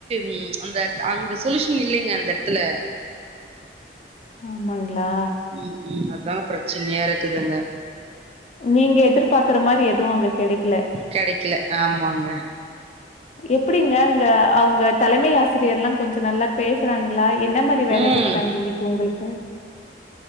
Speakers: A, on the right (about 35°); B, on the left (about 40°).
A: ம் அந்த அங்க சொலுயூஷன் இல்லைங்க அந்த த்துல
B: ஆமாங்ளா
A: ம் ம் அதா பிரச்சனையா இருக்குது அங்க
B: நீங்க எதிர்பார்க்கற மாரி எதுவு அங்க கெடைக்ல
A: கெடைக்கல ஆமாங்க
B: எப்டிங்க அங்க அவுங்க தலைமை ஆசிரியர்ல்லா கொஞ்சோ நல்லா பேசுறாங்ளா என்ன மாரி எப்டி வேல
A: ம்
B: குடுத்தாங்க இன்னைக்கி உங்களுக்கு